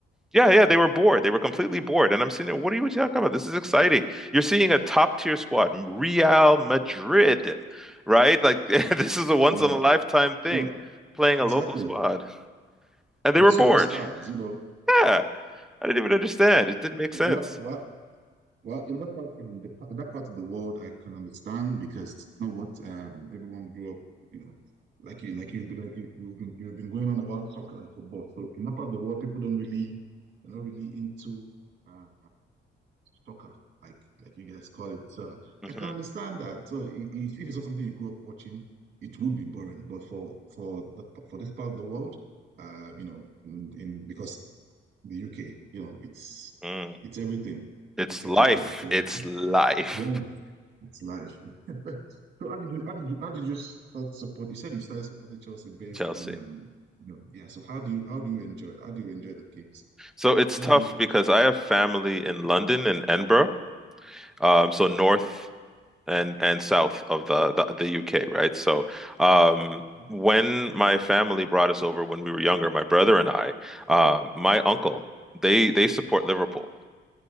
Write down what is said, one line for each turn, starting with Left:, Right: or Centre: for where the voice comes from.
Centre: Yeah, yeah, they were bored. They were completely bored. And I'm sitting there, what are you talking about? This is exciting. You're seeing a top tier squad, Real Madrid, right? Like <laughs> this is a once
Right: Yeah.
Centre: in a lifetime thing,
Right: You know.
Centre: playing
Right: Exactly.
Centre: a local squad. And they
Right: With
Centre: were
Right: superstars,
Centre: bored.
Right: you know.
Centre: Yeah. I didn't even understand. It didn't make sense.
Right: What, what Well, in that part, in the, in that part of the world, I can understand because it's not what um, everyone grew up, you know, like you, like you've been, like you, you've been, you've been going on about soccer and football. So in that part of the world, people don't really, they're not really into. Uh, soccer, like like you guys call it. So
Centre: Mm-hmm.
Right: I can understand that. So i- if, if it's not something you grew up watching, it would be boring. But for for the for this part of the world, uh, you know, in, in because the UK, you know, it's
Centre: Mm.
Right: it's everything.
Centre: It's
Right: It's everything.
Centre: life.
Right: It's everything.
Centre: It's life.
Right: Yes,
Centre: <laughs>
Right: it's life. <laughs> So how did you how did you how did you start support? You said you started supporting Chelsea based
Centre: Chelsea.
Right: on um, you know, yeah. So how do you how do you enjoy how do you enjoy the games?
Centre: So it's
Right: How
Centre: tough
Right: do you enjoy
Centre: because
Right: the
Centre: I have family in London and Edinburgh, um, so north and and south of the, the the UK, right? So um,
Right: games?
Centre: when my family brought us over when we were younger, my brother and I, um, my uncle, they they support Liverpool.